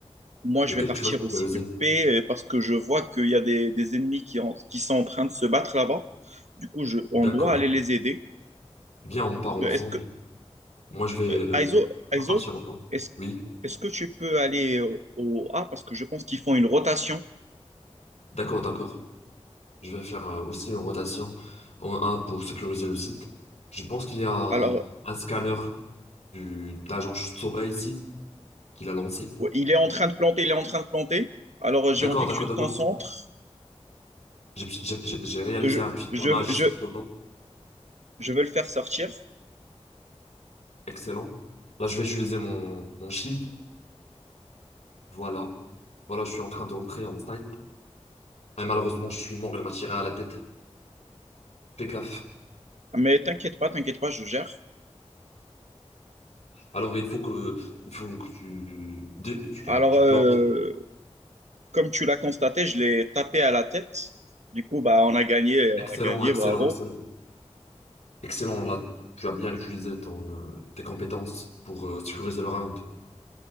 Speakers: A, on the right (about 80°); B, on the left (about 80°).
A: moi, je
B: Lequel
A: vais partir
B: tu vas superviser?
A: aussi de paix euh, parce que je vois qu'il y a des, des ennemis qui, en- qui sont en train de se battre là-bas. Du coup, je, on
B: D'accord.
A: doit aller les aider.
B: Bien, on part ensemble.
A: Euh, Est-ce que,
B: Moi, je vais
A: euh,
B: euh,
A: Aizo, Aizo,
B: on va partir en A.
A: est-ce,
B: Oui,
A: est-ce que tu peux aller au, au A parce que je pense qu'ils font une rotation.
B: d'accord, d'accord. Je vais faire euh, aussi une rotation en A pour sécuriser le site. Je pense qu'il y a
A: Alors,
B: un scanner du, de l'agent Sova ici Qu'il a lancé.
A: Ouais, Il est en train de planter, il est en train de planter. Alors, euh, j'ai
B: D'accord,
A: envie
B: d'accord,
A: que tu te
B: d'accord.
A: concentres.
B: J'ai j'ai- j'ai j'ai réalisé
A: Je,
B: un petit damage
A: je, je,
B: sur Sova.
A: je vais le faire sortir.
B: Excellent. Là, je vais utiliser mon, mon shield. Voilà. Voilà, je suis en train d'entrer en fight. Et malheureusement, je suis mort, elle m'a tiré à la tête. Fais gaffe.
A: Mais t'inquiète pas, t'inquiète pas, je gère.
B: Alors, il faut que, il faut que tu, dé- tu, genre,
A: Alors,
B: tu
A: euh,
B: plantes.
A: comme tu l'as constaté, je l'ai tapé à la tête. Du coup, bah, on a gagné, on
B: Excellent,
A: a gagné,
B: excellent,
A: bravo.
B: excellent. Excellent, là. Tu as bien utilisé ton, euh, tes compétences pour euh, sécuriser le round.